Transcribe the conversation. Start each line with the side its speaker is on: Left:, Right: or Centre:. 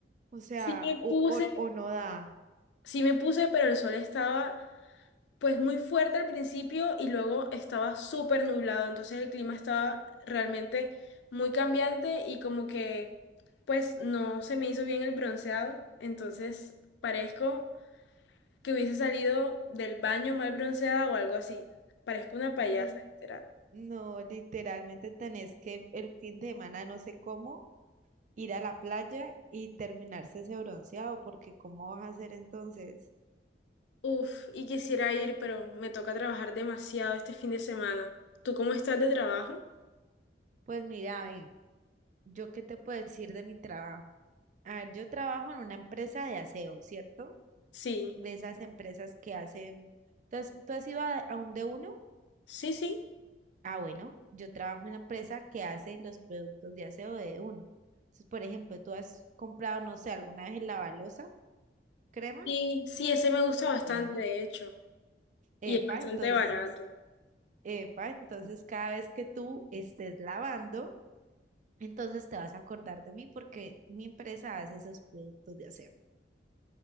Right: O sea,
Left: Sí, me puse
Right: o, o, o no da.
Left: Sí me puse, pero el sol estaba pues muy fuerte al principio y luego estaba súper nublado, entonces el clima estaba realmente muy cambiante y como que pues no se me hizo bien el bronceado, entonces parezco que hubiese salido del baño mal bronceada o algo así, parezco una
Right: No,
Left: payasa, literal.
Right: no, literalmente tenés que el fin de semana, no sé cómo, ir a la playa y terminarse ese bronceado, porque ¿cómo vas a hacer entonces?
Left: Uf, y quisiera ir, pero me toca trabajar demasiado este fin de semana. ¿Tú cómo estás de trabajo?
Right: Pues mira, ven, ¿yo qué te puedo decir de mi trabajo? A ver, yo trabajo en una empresa de aseo, ¿cierto?
Left: Sí,
Right: de esas empresas que hacen. Entonces, ¿tú has ido a, a un de uno?
Left: sí, sí.
Right: Ah, bueno, yo trabajo en la empresa que hace los productos de aseo de uno. Entonces, por ejemplo, tú has comprado, no sé, alguna vez el lavalosa, crema.
Left: Sí, sí, ese me gusta bastante,
Right: Bueno,
Left: de hecho.
Right: epa,
Left: Y es bastante
Right: entonces,
Left: barato.
Right: epa, entonces cada vez que tú estés lavando, entonces te vas a acordar de mí porque mi empresa hace esos productos de aseo.